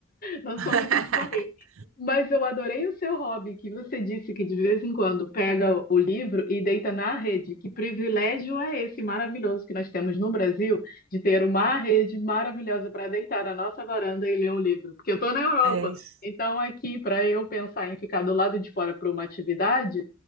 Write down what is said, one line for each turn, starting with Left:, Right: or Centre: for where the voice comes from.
Left: Não
Right: <laughs>
Left: sou muito de correr. Mas eu adorei o seu hobby, que você disse que de vez em quando pega o livro e deita na rede. Que privilégio é esse maravilhoso que nós temos no Brasil de ter uma rede maravilhosa para deitar na nossa varanda e ler um livro? Porque eu estou na Europa,
Right: É isso.
Left: então aqui para eu pensar em ficar do lado de fora para uma atividade,